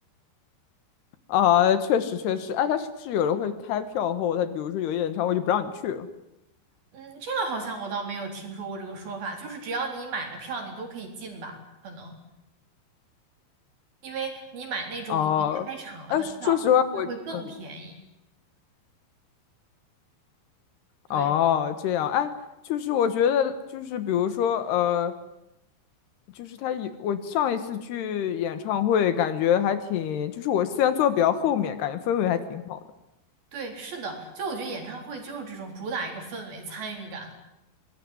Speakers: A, on the left; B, on the right.
A: 啊，确实确实，哎，他是不是有人会开票后，他比如说有些演唱会就不让你去了？
B: 嗯，这个好像我倒没有听说过这个说法，就是只要你买了票，你都可以进吧？可能因为你买那种已经开场了的票，
A: 哦，哎，说实话，我嗯。
B: 它会更便宜。对
A: 哦，这样，哎，就是我觉得，就是比如说，呃，就是他有，我上一次去演唱会，感觉还挺，就是我虽然坐得比较后面，感觉氛围还挺好的。
B: 对，是的，就我觉得演唱会就是这种主打一个氛围、参与感，